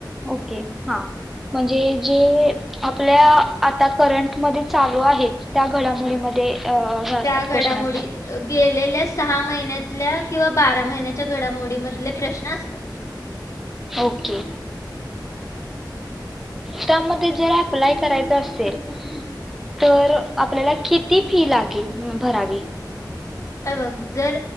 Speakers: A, in the centre; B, on the left (about 40°).
A: ओके हा म्हणजे जे आपल्या आता करंटमध्ये चालू आहेत त्या घडामोडीमध्ये
B: हा
A: अ हे असतात
B: त्या घडामोडी
A: क्वेश्चन असतात
B: गेलेल्या सहा महिन्यातल्या किंवा बारा महिन्याच्या घडामोडी मधले प्रश्न असतात.
A: ओके त्यामध्ये जर अप्लाय करायच असेल
B: हां.
A: तर आपल्याला किती फी लागेल भरावी.
B: ए बघ जर